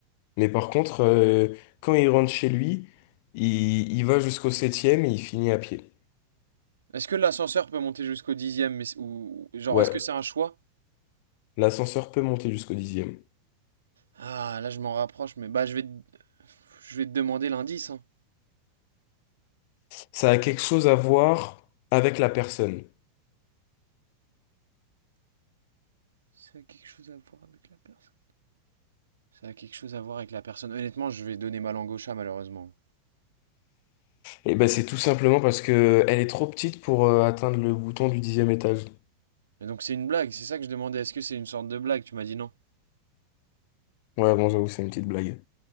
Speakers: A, on the left (about 45°); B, on the right (about 70°).
A: mais par contre, euh, quand il rentre chez lui, il, il va jusqu'au septième et il finit à pied.
B: Est-ce que l'ascenseur peut monter jusqu'au dixième, mais, c'est- ou ou- genre
A: Ouais,
B: est-ce que c'est un choix?
A: l'ascenseur peut monter jusqu'au dixième.
B: Ah, là, je m'en rapproche, mais bah, je vais te... je vais te demander l'indice, hein.
A: Ça a quelque chose à voir avec la personne.
B: Ça a quelque chose à voir avec la personne. Ça a quelque chose à voir avec la personne. Honnêtement, je vais donner ma langue au chat, malheureusement.
A: Et ben, c'est tout simplement parce que elle est trop petite pour euh, atteindre le bouton du dixième étage.
B: Mais donc, c'est une blague, c'est ça que je demandais. Est-ce que c'est une sorte de blague? Tu m'as dit non.
A: Ouais, bon, j'avoue, c'est une petite blague.